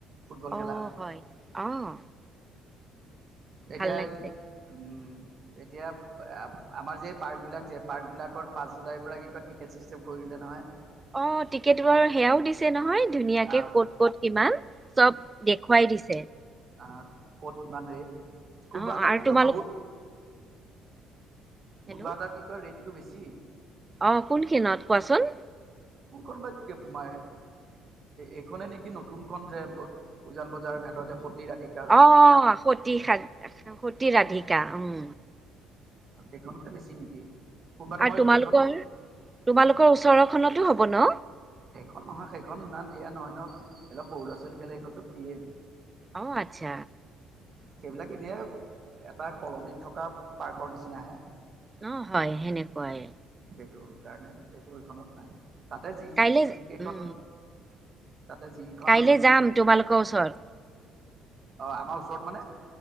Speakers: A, on the right (about 45°); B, on the right (about 20°).
A: ফুটবল
B: অ',
A: খেলা
B: হয় অ'
A: এতিয়া
B: ভাল লাগিছে
A: উম, এতিয়া আমাৰ যে পাৰ্ক বিলাক যে পাৰ্ক বিলাকৰ পাঁচ জুলাইৰ পৰা কি কয় টিকেট চিষ্টেম কৰি দিললে নহয়।
B: অ', টিকেট বাৰ সেয়াও দিছে নহয়। ধুনীয়াকে
A: আহ
B: ক'ত ক'ত কিমান চব দেখুৱাই দিছে।
A: আহ ক'ত কিমান ৰেট কোনবা
B: অ
A: এটাত
B: আৰু
A: কি
B: তোমালোক
A: কয় বহুত
B: হেল্ল'
A: কোনোবা এটাত টিকট ৰেটটো বেছি।
B: অ', কোন খিনত কোৱাচোন?
A: ক ক বাগ কে মায়ে এইখনে নেকি নতুন খন যে উজান বজাৰৰ ঘাটৰ যে সতি ৰাধিকা
B: অ', সতি স সতি ৰাধিকা উম।
A: সেইখনতে বেছি নেকি। কোনোবা এটা
B: আৰু
A: মই
B: তোমালোকৰ
A: এইখন
B: তোমালোকৰ ওচৰৰখনতো হ'ব ন?
A: সেইখন নহয় সেইখন ইমান এয়া নহয় ন ধ লক সৰু ল'ৰা ছোৱালী খেলা এইখনতো ফ্ৰিয়ে।
B: অ' আচ্ছা।
A: সেইবিলাক এনেই এটা কলনীত থকা পাৰ্কৰ নিচিনাহে।
B: অ' হয় সেনেকুৱাই।
A: সেইটো কাৰণে এইটো এইখনত নাই তাতে যি
B: কাইলে
A: যিকেইখন
B: উম
A: তাতে যিখন
B: কাইলে যাম তোমালোকৰ ওচৰত
A: আহ আমাৰ ওচৰত মানে